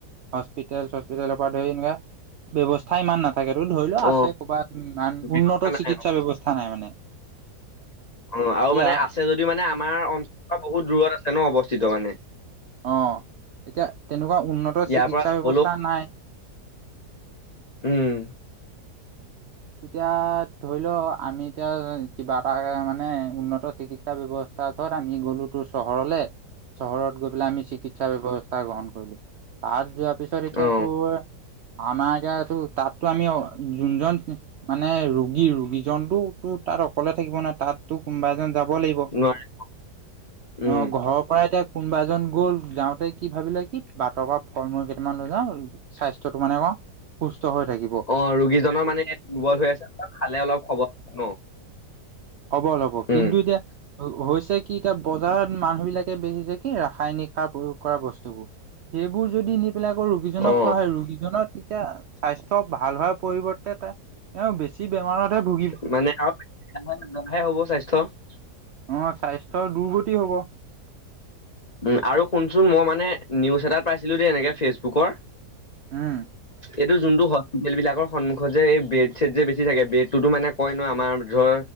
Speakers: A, on the right; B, on the left.
A: হস্পিতেল চস্পিতেলৰ পৰা ধৰি এনেকুৱা ব্যৱ স্থা ইমান নাথাকে তোৰ ধৰি লোৱা
B: অ
A: আছে ক'ৰবাত ইমান
B: ব্যৱস্থা
A: উন্নত
B: নাই
A: চিকিৎসা
B: অ
A: ব্যৱস্থা নাই মানে।
B: অঁ আৰু
A: এতিয়া
B: মানে আছে যদিও মানে আমাৰ অঞ্চলৰ বহুত দূৰত আছে ন অৱস্থিত মানে।
A: অঁ, এতিয়া তেনেকুৱা উন্নত
B: ইয়াৰ
A: চিকিৎসা
B: পৰা যাবলৈও
A: ব্যৱস্থা নাই।
B: উম।
A: এতিয়া ধৰি ল আমি এতিয়া কিবা এটা মানে উন্নত চিকি ৎসা ব্যৱস্থাত য'ত আমি গ'লো, ত চহৰলে চহৰত গৈ পেলাই আমি চিকিৎসা ব্যৱস্থা গ্ৰহণ কৰিলো। তাত যোৱাৰ পিছত এতিয়া
B: অ
A: তোৰ আমাৰ এতিয়া এইটো তাতো আমি অঁ যোনজন মানে ৰোগী ৰোগীজনটো তোৰ তাত অকলে থাকিব নোৱাৰে তাত। তো কোনোবা এজন যাব লাগিব,
B: নোৱাৰি উম
A: অঁ ঘৰৰ পৰা এতিয়া কোনোবা এজন গ'ল, যাওঁতে কি ভাবিলে কি বাটৰ পৰা ফল মূল কেইটামান লৈ যাওঁ। স্বাস্থ্যটো মানে ক সুস্থ হৈ থাকি
B: অঁ, ৰোগীজনৰ মানে এনে দুৰ্বল হৈ আছে খালে অলপ হবল ন।
A: হবল হ'ব, কিন্তু
B: উম
A: এতিয়া হৈ হৈছে কি এতিয়া বজাৰত মানুহ বিলাকে বেচিছে কি ৰাসায়নিক সাৰ প্ৰয়োগ কৰা বস্তুবোৰ। সেইবোৰ যদি নি পেলাই ৰোগীজনক
B: অ
A: খোৱা হয়, ৰোগীজননৰ তেতিয়া স্বাস্থ্য ভাল হোৱাৰ পৰিৱৰ্তে তে তেওঁ বেছি বেমাৰতহে ভু
B: <inaudible>
A: অঁ স্বাস্থ্যৰ দুৰ্গতি হ'ব।
B: উম আৰু শুনচোন মই মানে নিউজ এটাত পাইছিলো দেই এনেকে ফেচবুকৰ
A: উম।
B: এইটো যোনটো হস্পিটেল বিলাকৰ সন্মুখত যে এই ব্ৰেড চেড যে বেছি থাকে ব্ৰেড টো মানে কয় ন আমাৰ যৰ